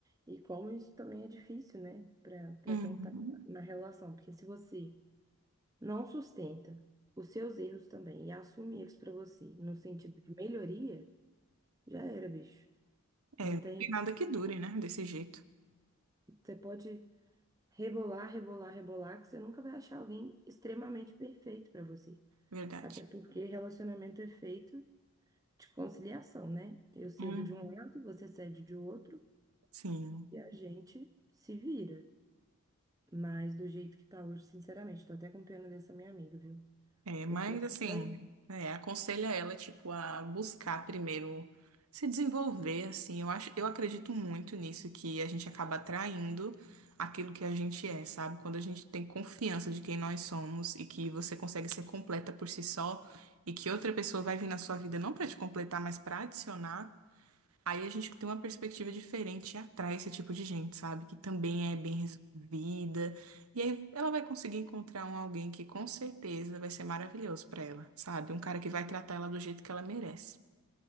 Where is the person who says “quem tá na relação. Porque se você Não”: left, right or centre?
Right